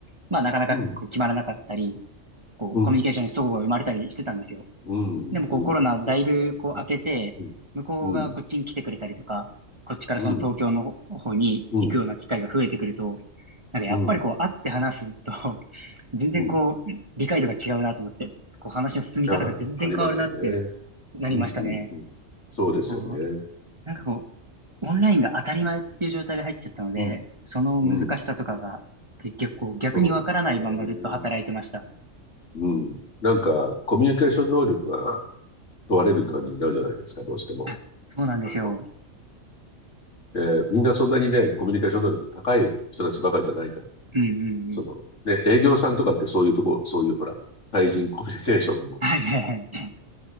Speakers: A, on the right (about 25°); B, on the left (about 70°).
A: まあ、なかなかこう決まらなかったり、
B: うん、
A: こう、
B: うん、
A: コミュニケーションに齟齬が生まれたりしてたんですよ。
B: うん、
A: でもこうコロナだいぶこう明けて、
B: うん。そうですね。うん、
A: 向こうがこっちに来てくれたりとか、
B: うん、
A: こっちからその東京の方に行くような機会が増えてくると、
B: うん、う
A: なんかやっぱりこう会って話すと、
B: ん、
A: <laughs> 全然こう理解度が違うなと思って、
B: うん。
A: こう話の進み方が全然変わるなって
B: ああ、ありますよね。
A: なりましたね。
B: うん、うん、うん。そうですよね。
A: こう、なんかこう、オンラインが当たり前っていう状態で入っちゃったので、
B: うん、
A: その難しさとかが結局こう逆にわからないままずっと働いてました。
B: うん。そうなんですよね。うん。なんか、コミュニケーション能力が問われる感じになるじゃないですか、
A: うんうん、
B: どうしても。
A: あ、そうなんですよ。
B: あの、で、みんなそんなにね、コミュニケーション能力高い人たちばかりじゃないから
A: うんうんうん。
B: その、ね、営業さんとかってそういうとこ、そういうほら、対人コミュニケーションを、
A: はいはいはい。